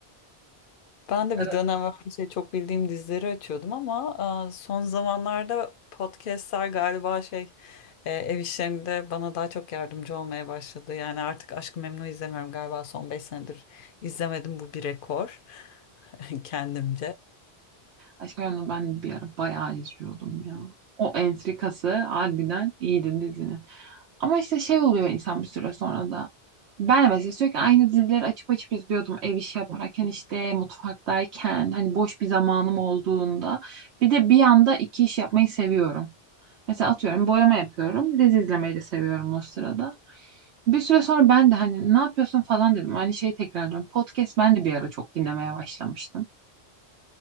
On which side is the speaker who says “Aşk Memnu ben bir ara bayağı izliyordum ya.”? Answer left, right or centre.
Right